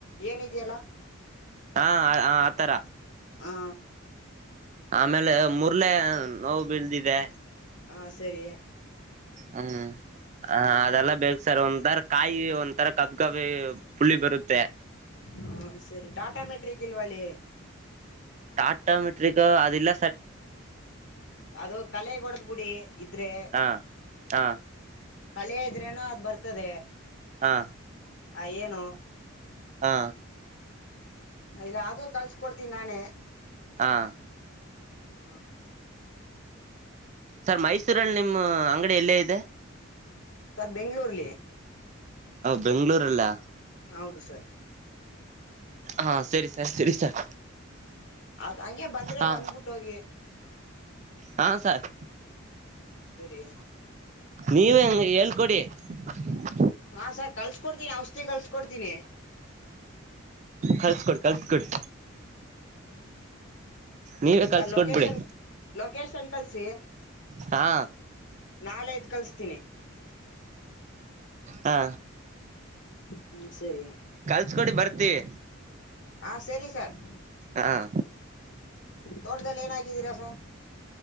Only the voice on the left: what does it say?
ಏನಿದೆಯಲ್ಲ
ಹ
ಹಾ ಸರಿ
ಹ ಸರಿ ಟಾಟಾ ಮೆಟ್ರಿಕ ಇಲ್ವಾಲಿ
ಅದು ಕಲೆ ಹೊಡದ್ ಬಿಡಿ ಇದ್ರೆ
ಕಲೆ ಇದ್ರೇನ ಅದು ಬರ್ತದೆ
ಆ ಏನು
ಇಲ್ಲ ಅೂ ಕಲ್ಸಕ ಕೊಡ್ತೀನಿ ನಾನೇ
ಆ
ಸರ್ ಬೆಂಗ್ಗಳೂರ್ಲಿ
ಹೌದು ಸರ್
ಅೌದ ಹಂಗೆ ಬಂದ್ರೆ
ಬಂದ್ಬಿಟ್ಟ ಹೋಗಿ
ಹಾ ಸರಿ
ಹಾ ಸರ್ ಕಲ್ಸ್ಕೊಡ್ತೀನಿ ಔಷಧಿ ಕಲ್ಸ್ಕೊಡ್ತೀನಿ
ಸರ್
ಲೊಕೇಶನ್ ಲೊಕೇಶನ್ ಕಲ್ಸ
ನಾಾಲೆ ಇದದ್ ಕಲ್ಸ್ತೀನಿ
ಹ್ಮ ಸರಿ
ಹಾ ಸರಿ ಸರ್
ತೋಟದಲ್ಲಿ ಏನಾಗಿದ್ದೀರಾ ಸ